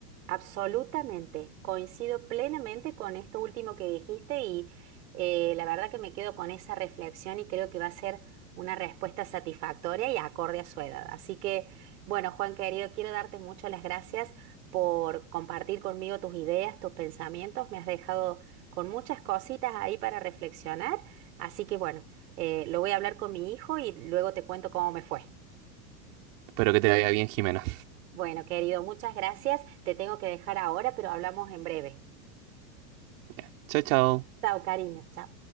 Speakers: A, on the right; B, on the right.
A: Absolutamente, coincido plenamente con esto último que dijiste y eh, la verdad que me quedo con esa reflexión y creo que va a ser una respuesta satisfactoria y acorde a su edad. Así que, bueno, Juan querido, quiero darte muchas las gracias por compartir conmigo tus ideas, tus pensamientos. Me has dejado con muchas cositas ahí para reflexionar. Así que, bueno, eh, lo voy a hablar con mi hijo y luego te cuento cómo me fue.
B: Espero que te vaya bien, Jimena.
A: Bueno, querido, muchas gracias. Te tengo que dejar ahora, pero hablamos en breve.
B: Ya. Chao, chao.
A: Chao, cariños, chao.